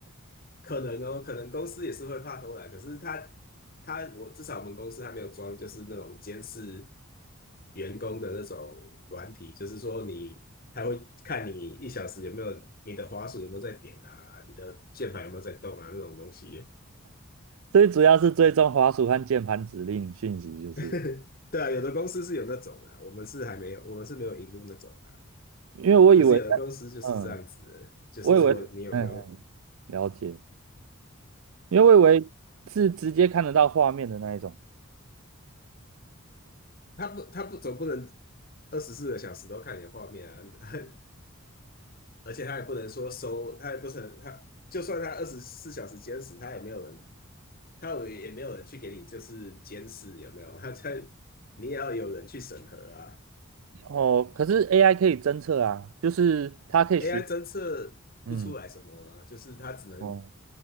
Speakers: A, on the left (about 45°); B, on the right (about 75°).
A: 可能哦，可能公司也是会怕偷懒，可是他他我至少我们公司还没有装，就是那种监视员工的那种软体，就是说你他会看你一小时有没有你的滑鼠有没有在点啊，你的键盘有没有在动啊那种东西。
B: 最主要是追踪滑鼠和键盘指令讯息，就是
A: <laughs> 对啊，有的公司是有那种啊，我们是还没有，我们是没有引入那种啊。
B: 因为我以为，
A: 可是有的公司就是这样子的就是说你有没有，
B: 嗯，我以为，嗯，了解，因为我以为是直接看得到画面的那一种。
A: 他不他不总不能二十四个小时都看你的画面啊，<laughs> 而且他也不能说收，他也不能，他就算他二十四小时监视，他也没有人，他也也没有人去给你就是监视有没有？<laughs> 他在你也要有人去审核啊。
B: 哦，可是 AI 可以侦测啊，就是它可以学，
A: AI 侦测不出来什么啊，
B: 嗯，
A: 就是他只能
B: 哦，